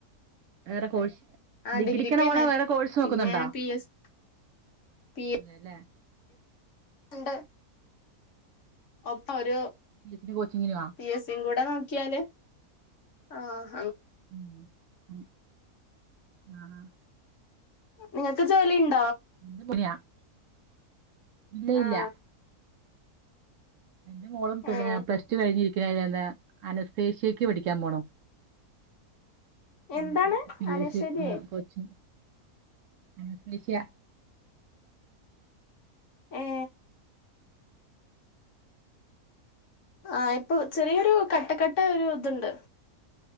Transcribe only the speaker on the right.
വേറെ കോഴ്സ്
ഡിഗ്രിക്കണ
പോണേ വേറെ കോഴ്സ്
നോക്കുന്നുണ്ടോ
വേല്ലേ
പി എസ് സി കോച്ചിങ്ങിന് ആ
ഉം അതെ അഹ്
<unintelligible> ഇല്ല ഇല്ല
എന്റെ മോളും പിന്നെ
പ്ലസ് ടു കഴിഞ്ഞിരി <unintelligible> അനസ്തേഷ്യക്ക് പടിക്കാൻ പോണു <unintelligible>
പി
എസ് സി കോച്ചിങ് അനസ്തേഷ്യ